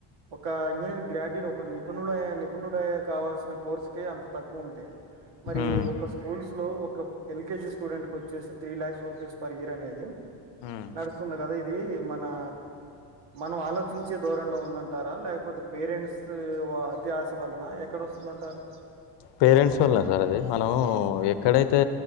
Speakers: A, on the right (about 75°); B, on the left (about 65°).
A: ఒకా ఇంజనీర్ గ్రాడ్యుయేట్ ఒక నిపుణుడయే నిపుణుడే కావల్సిన కోర్సుకే అంత తక్కువుంటే మరీ
B: ఉమ్
A: ఒ క్క స్కూల్స్ లో ఒక ఎల్కేజీ స్టూడెంట్ కొచ్చేసి three lakhs rupees per year అనేదీ
B: ఉమ్
A: నడుస్తుంది గద ఇదీ మనా మనం ఆలోచించే దోరన్లో ఉందంటారా లేకపోతె పేరెంట్సూ వా త్యాస వలనా ఎక్కడొస్తుందంటారు
B: పేరెంట్స్ వల్నే సార్ అదీ మనం ఎక్కడైతే